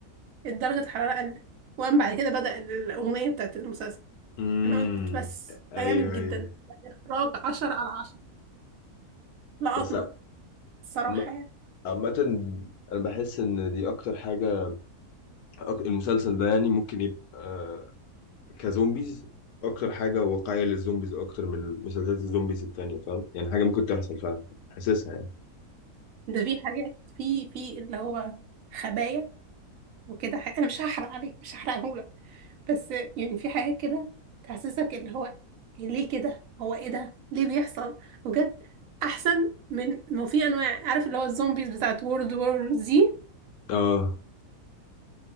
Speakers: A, on the right; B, on the left.
A: درجة الحرارة قلت وقام بعد كده بدأ الأغنية بتاعت المسلسل
B: امم
A: أنا قلت بس
B: ايوه
A: ده جامد جدا
B: ايوه
A: إخراج عشرة على عشرة لقطني
B: بس
A: الصراحة
B: عم-
A: يعني
B: عامة انا بحس ان دي اكتر حاجة أك- المسلسل ده يعني ممكن يبقى كزومبيز اكتر حاجة واقعية للزومبيز اكتر من مسلسلات الزومبيز التانية فاهم يعني حاجة ممكن تحصل فعلا حاسسها يعني
A: ده في حاجات في في اللي هو خبايا وكده حاجة. أنا مش هحرق عليك مش هحرقهولك بس يعني في حاجات كده تحسسك اللي هو إيه، ليه كده هو إيه ده ليه بيحصل بجد أحسن من ما في أنواع عارف اللي هو الزومبيز بتاعت وورد وور زي
B: اه